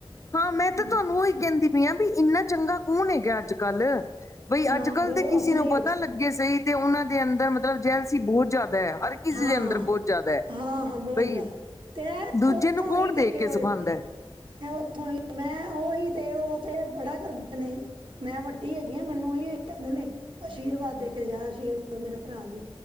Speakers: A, on the left; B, on the right.
A: ਹਾਂ, ਮੈਂ ਤੇ
B: ਹਮ,
A: ਤੁਹਾਨੂੰ ਉਹੀ ਕਹਿੰਦੀ ਪਈ ਆ ਵੀ ਇੰਨਾ ਚੰਗਾ ਕੌਨ ਹੈਗਾ ਅੱਜ-ਕੱਲ੍ਹ? ਬਈ
B: ਨਾ
A: ਅੱਜ ਕੱਲ੍ਹ
B: ਬਹੁਤ
A: ਤੇ ਕਿਸੇ
B: ਸਹੀ
A: ਨੂੰ ਪਤਾ
B: ਵਿੱਚ
A: ਲੱਗੇ ਸਹੀ ਤੇ ਉਹਨਾਂ ਦੇ ਅੰਦਰ ਮਤਲਬ ਜੈਲਸੀ ਬੋਤ ਜੈਦਾ ਏ ਹਰ ਕਿਸੇ
B: ਹਾਂ
A: ਦੇ ਅੰਦਰ ਬਹੁਤ ਜ਼ਿਆਦਾ ਹੈ
B: ਹਾਂ ਹਾਂ ਬਹੁ
A: ਬਈ
B: ਜਾਦਾ। ਤੇ
A: ਦੂਜੇ
B: ਉਥੋਂ
A: ਨੂੰ ਕੌਣ
B: ਹੀ
A: ਦੇਖ
B: ਟਕੇ
A: ਕੇ
B: ਹੋਏ
A: ਸਿਖਾਉਂਦਾ
B: ਨੇ। ਉੱਥੋਂ ਈ ਮੈਂ ਉਹੀ ਤੇ ਉ ਤੇ ਬੜਾ ਕਰਦੇ ਨੇ। ਮੈਂ ਵੱਡੀ ਹੈਗੀ ਆ ਮੈਨੂੰ ਐਈੳ ਈ ਕੈਂਦੇ ਨੇ, ਆਸ਼ੀਰਵਾਦ ਦੇ ਕੇ ਜਾ, ਆਸ਼ੀਰਵਾਦ ਮੇਰਾ ਭਰਾ ਵੀ।